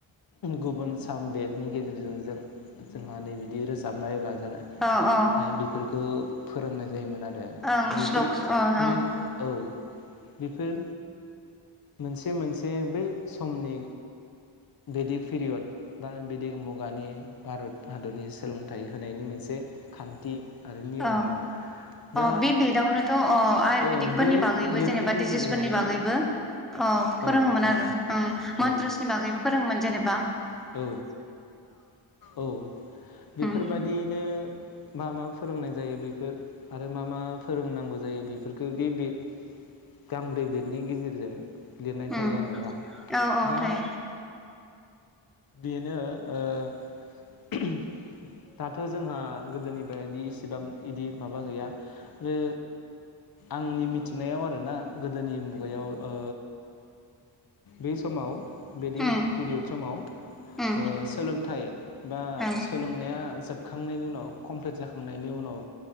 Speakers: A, on the left; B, in the centre.
A: गुबुन साम बेदनि गेजेरजों जों-जोंहा नै बिदि रोजाबनाय बाजानाय आरो
B: औ औ
A: बेफोरखौ फोरोंनाय जायोमोन आ दे
B: ओं
A: बेफोर
B: स्लक्स अ ओं
A: दि औ बेफोर मोनसे मोनसे बै समनि बेदिक पिरियद बा बेदिक मुगानि भारत हादरनि सोलोंथाइ होनायनि मोनसे खान्थि आरो नियममोन
B: औ
A: आरो दा
B: अ बे बेदआवनोथ' अ आयुरवेदिकफोरनि
A: ओं बे
B: बागैबो
A: बेटनि
B: जेनेबा
A: गेजेरजोंनो
B: डिजिसफोरनि बागैबो अ फोरोङोमोन
A: औ औ
B: आरो मन्त्रसनि
A: औ
B: बागैबो फोरोङोमोन जेनेब बा
A: औ औ बेफोरबादियैनो
B: उम
A: मा मा फोरोंनाय जायो बेफोर आरो मा मा फोरोंनांगौ जायो बेफोरफोरखो बे बे गांब्रै बेदनि गेजेरजों लिरनाय
B: उम
A: थायो आरोरा
B: औ औ
A: दा
B: थायो
A: बेनो ओ दाथ' जोंहा गोदोनि बादि इसेबां इदि माबा गैया। ओ आंनि मिथिनायाव आरोना गोदोनि मुगायाव ओ बे समाव वेडिं
B: उम
A: पिरियड समाव
B: उम
A: ओ सोलोंथाइ बा
B: औ
A: सोलोंनाया जोबखांनायनि उनाव कमप्लिट जाखांनायनि उनाव